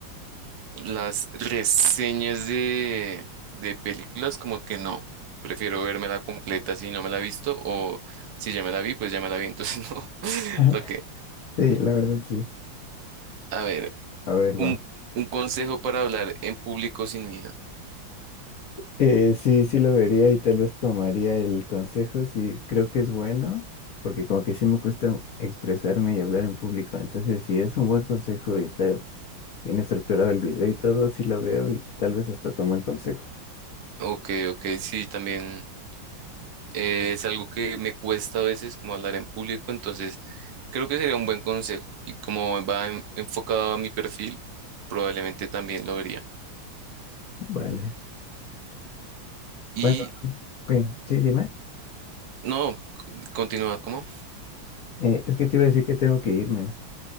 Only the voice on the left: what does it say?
<laughs>
Sí, la verdad sí.
A ver,
va.
Eh, sí, sí lo vería y tal vez tomaría el consejo, sí creo que es bueno, porque como que sí me cuesta expresarme y hablar en público, entonces si es un buen consejo y está bien estructurado el video y todo, sí lo veo y tal vez hasta tomo el consejo.
Vale.
Bueno, oye, sí, dime.
Eh, es que te iba a decir que tengo que irme.